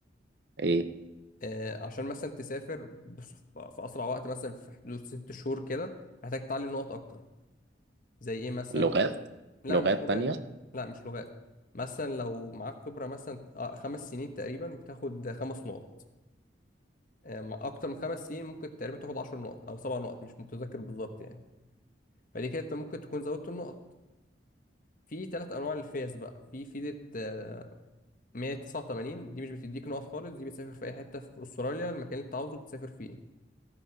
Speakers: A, on the right; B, on the left.
A: ايه
B: آه، عشان مثلا تسافر بس- في اسرع وقت مثلا في حدود ست شهور كده محتاج تعلي نقط اكتر زي ايه مثلا
A: لغات
B: لا
A: لغات
B: مش لغات
A: تانية
B: لا مش لغات مثلا لو معاك خبرة مثلا آه، خمس سنين تقريبا بتاخد خمس نقط آه، مع اكتر من خمس سنين ممكن تقريبا تاخد عشر نقط او سبع نقط مش متذكر بالظبط يعني فدي كده انت ممكن تكون زودت النقط في ثلاث انواع للفيز بقى في فيزة آه، 189 دي مش بتديك نقط خالص دي بتسافر في اي حتة في استراليا المكان اللي انت عاوزه بتسافر فيه